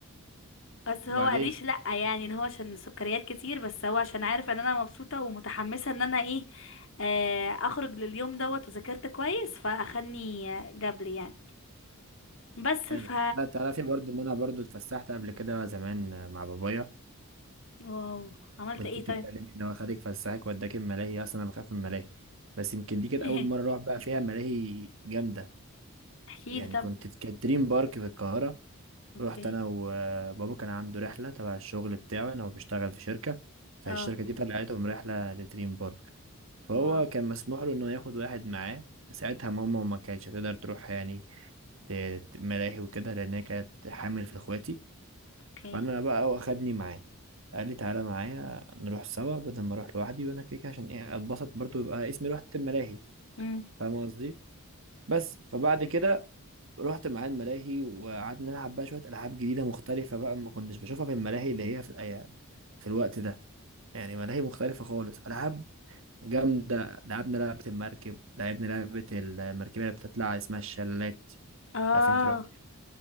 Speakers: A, on the left (about 60°); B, on the right (about 60°).
A: بس هو
B: وبعدين
A: قاليش لأ يعني اللي هو عشان سكريات كتير بس هو عشان عارف ان انا مبسوطة ومتحمسة ان انا ايه آه، اخرج لليوم دوت وذاكرت كويس فاخدني جابلي يعني بس
B: حلو
A: ف
B: لا تعرفي برضو ان انا برضو اتفسحت قبل كده زمان مع بابايا
A: واو عملت
B: وانت
A: ايه
B: بتتكلمي
A: طيب
B: ان هو خدك فسحك وداك الملاهي اصلا انا بخاف من الملاهي بس يمكن
A: <laughs>
B: دي كانت اول مره اروح بقى فيها ملاهي جامده
A: احكيلي
B: يعني
A: طب
B: كنت في- كانت دريم بارك في القاهره
A: اوكي
B: رحت انا وبابا كان عنده رحله تبع الشغل بتاعه ان هو بيشتغل في شركه فالشركه
A: اه
B: دي طلعتهم رحله لدريم بارك فهو
A: واو
B: كان مسموح له انه ياخد واحد معاه ساعتها ماما ما كانتش هتقدر تروح يعني ت- ت- ملاهي وكده لان هي كانت حامل في اخواتي
A: اوكي
B: فانا بقى واخدني معاه قال لي تعالى معايا نروح سوا بدل ما اروح لوحدي وانا كده كده عشان ايه اتبسط برضو يبقى اسمي رحت الملاهي
A: امم
B: فاهم قصدي بس فبعد كده رحت معاه الملاهي وقعدنا نلعب بقى شويه العاب جديده مختلفه بقى ما كنتش بشوفها في الملاهي اللي هي في الأي... في الوقت ده يعني ملاهي مختلفه خالص العاب جامدة لعبنا لعبة المركب لعبنا لعبة المركبية اللي بتطلع اسمها الشلالات
A: اه
B: عارفين انت رحت